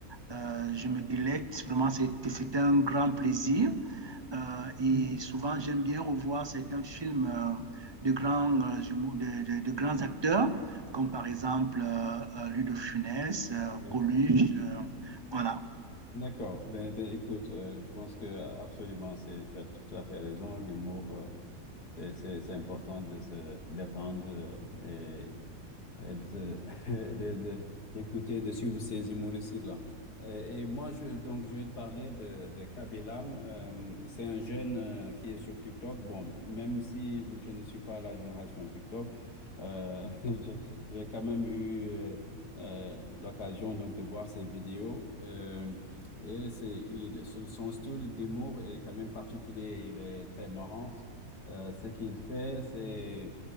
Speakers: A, on the right; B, on the left.
A: euh, je me délecte. Vraiment, c'était un grand plaisir. Euh, et souvent, j'aime bien revoir certains films euh, de grands, euh, de, de- de grands acteurs, comme par exemple euh, euh, Louis de Funès, euh,
B: Oui.
A: Coluche. euh, voilà.
B: D'accord. Ben, ben, écoute, euh, je pense que euh, absolument, c'est, tu as tout à fait raison. L'humour, euh, c'est, c'est, c'est important de se détendre euh, euh, de, se- <laughs> de- de- d'écouter, de suivre ces humoristes-là. Euh, et moi, je, donc, je vais te parler de, de Kabilam. Euh, c'est un jeune euh, qui est sur TikTok. Bon, même si je ne suis pas la génération de TikTok, euh, <laughs> je- j'ai quand même eu euh, euh, l'occasion donc de voir ses vidéos. Euh, et c'est, il, son son style d'humour est quand même particulier. Il est très marrant. Euh, ce qu'il fait, c'est